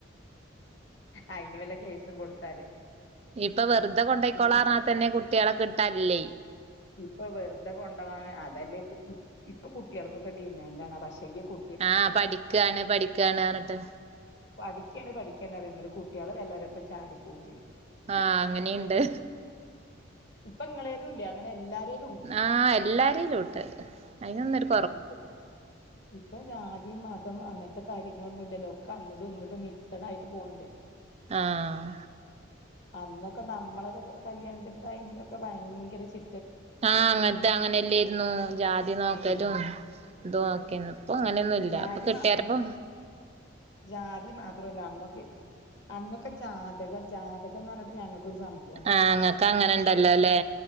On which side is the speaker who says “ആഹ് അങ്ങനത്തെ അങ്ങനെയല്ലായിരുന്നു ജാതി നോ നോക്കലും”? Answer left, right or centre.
Right